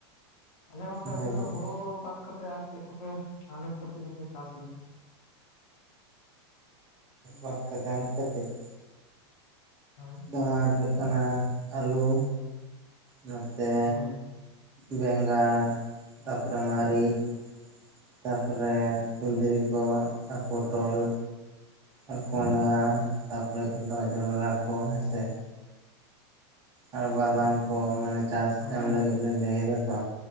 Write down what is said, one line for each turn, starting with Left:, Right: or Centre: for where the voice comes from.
Left: ᱟᱫᱚ ᱜᱚᱝᱠᱮ ᱟᱯᱮ
Right: ᱵᱷᱟᱜᱮ
Left: ᱫᱚ ᱦᱳᱲᱳ ᱵᱟᱫ ᱠᱟᱛᱮᱫ ᱟᱨ ᱪᱮᱫ ᱠᱚᱯᱮ ᱟᱱᱟᱡ ᱯᱟᱹᱛᱤ ᱠᱚᱯᱮ ᱪᱟᱥ ᱜᱮᱭᱟ?
Right: <inaudible> ᱠᱟᱛᱮ <inaudible>
Left: ᱦᱳᱭ
Right: ᱫᱚᱢᱮ ᱦᱩᱭᱩᱜ ᱠᱟᱱᱟ ᱟᱹᱞᱩ ᱱᱚᱛᱮ
Left: ᱦᱳᱭ
Right: ᱵᱮᱸᱜᱟᱲ ᱛᱟᱯ ᱨᱮ ᱢᱟᱹᱨᱤᱪ ᱛᱟᱯᱚᱨᱮ ᱠᱷᱫᱽᱨᱤ ᱠᱚ ᱟᱨ ᱯᱚᱴᱚᱞ ᱟᱨ ᱠᱚᱸᱰᱷᱟ ᱛᱟᱯᱚᱨᱮ ᱟᱫᱚ ᱡᱚᱱᱰᱨᱟ ᱠᱚ ᱦᱮᱸ ᱥᱮ ᱟᱨ ᱵᱟᱫᱟᱢ ᱠᱚ ᱢᱟᱱᱮ ᱪᱟᱥ
Left: ᱦᱮᱸ
Right: ᱮᱢ ᱞᱟᱹᱜᱤᱫ ᱵᱮᱱ ᱞᱟᱹᱭ ᱮᱫᱟ ᱛᱚ